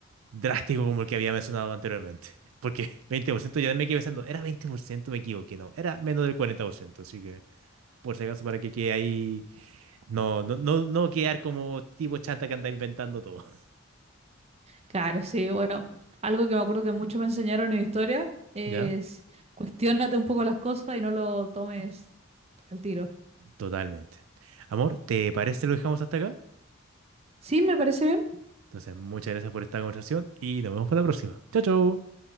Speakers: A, on the right; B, on the right.
A: drástico como el que había mencionado anteriormente. Porque 20% ya me quedé pensando, era veinte por ciento me equivoqué, no, era menos del cuarenta por ciento así que por si acaso para que quede ahí, no, no, no, no quedar como tipo chata que anda inventando todo.
B: Claro, sí, bueno, algo que me acuerdo que mucho me enseñaron en historia es
A: ¿Ya?
B: cuestiónate un poco las cosas y no lo tomes al tiro.
A: Totalmente. Amor, ¿te parece si lo dejamos hasta acá?
B: Sí, me parece bien.
A: Entonces, muchas gracias por esta conversación y nos vemos para la próxima. Chao, chao.